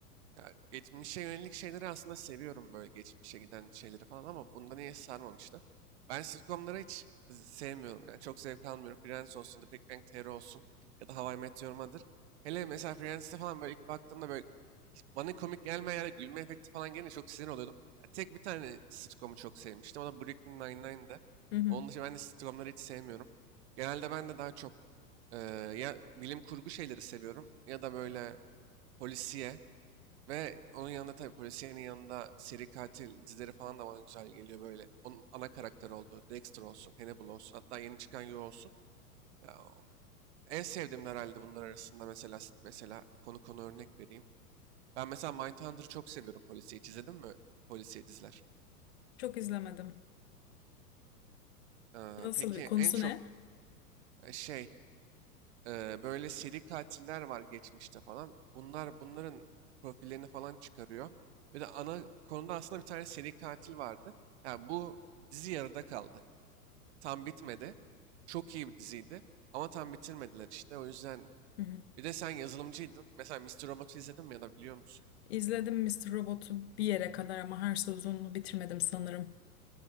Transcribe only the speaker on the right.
Ya, geçmişe yönelik şeyleri aslında seviyorum böyle geçmişe giden şeyleri falan ama bunda niye sarmamıştı? Ben sitcomları hiç z- sevmiyorum yani çok zevk almıyorum. Friends olsun, The Big Bang Theory olsun ya da How I Met Your Mother. Hele mesela Friends'te falan böyle ilk baktığımda böyle hiç bana komik gelmeyen yerde gülme efekti falan gelince çok sinir oluyordum. Ya tek bir tane sitcomu çok sevmiştim o da Brooklyn Nine-Nine'dı.
Onun dışında ben de sitcomları hiç sevmiyorum. Genelde ben de daha çok eee, ya bilim kurgu şeyleri seviyorum ya da böyle polisiye. Ve onun yanında tabii polisiyenin yanında seri katil dizileri falan da bana güzel geliyor böyle. Onun ana karakter olduğu Dexter olsun, Hannibal olsun, hatta yeni çıkan You olsun. Ya, o- en sevdiğim herhalde bunlar arasında mesela mesela konu konu örnek vereyim. Ben mesela Mindhunter'ı çok seviyorum polisiye. Hiç izledin mi polisiye diziler?
Ee,
peki
en çok
e, şey Ee, böyle seri katiller var geçmişte falan. Bunlar bunların profillerini falan çıkarıyor. Ve de ana konuda aslında bir tane seri katil vardı. Yani bu dizi yarıda kaldı. Tam bitmedi. Çok iyi bir diziydi. Ama tam bitirmediler işte. O yüzden
bir de sen yazılımcıydın. Mesela Mister Robot'u izledin mi ya da biliyor musun?